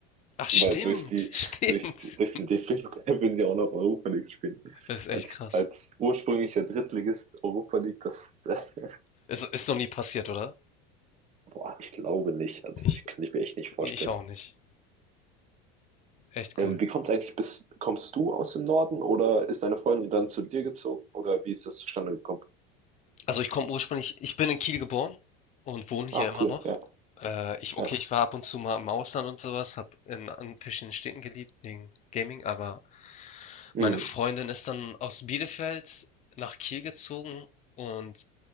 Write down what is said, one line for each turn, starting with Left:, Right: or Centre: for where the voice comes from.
Left: Ach, stimmt,
Right: Weil durch die,
Left: <laughs> stimmt.
Right: durch, durch den DFB-Pokal würden <laughs> die auch noch Europa League spielen.
Left: Das ist echt
Right: Als,
Left: krass.
Right: als ursprünglicher Drittligist Europa League, das, <laughs> äh,
Left: Es ist noch nie passiert, oder?
Right: boah, ich glaube nicht. Also,
Left: Ich,
Right: ich kann ich mir echt nicht vorstellen.
Left: ich auch nicht. Echt
Right: Ähm,
Left: cool.
Right: wie kommt's eigentlich bis, kommst du aus dem Norden oder ist deine Freundin dann zu dir gezogen oder wie ist das zustande gekommen?
Left: Also ich komme ursprünglich, ich bin in Kiel geboren und wohne hier
Right: Ach
Left: immer
Right: cool,
Left: noch.
Right: ja,
Left: Äh, ich, okay,
Right: ja.
Left: ich war ab und zu mal im Ausland und sowas, habe in, an verschiedenen Städten gelebt, wegen Gaming, aber
Right: Hm.
Left: meine Freundin ist dann aus Bielefeld nach Kiel gezogen und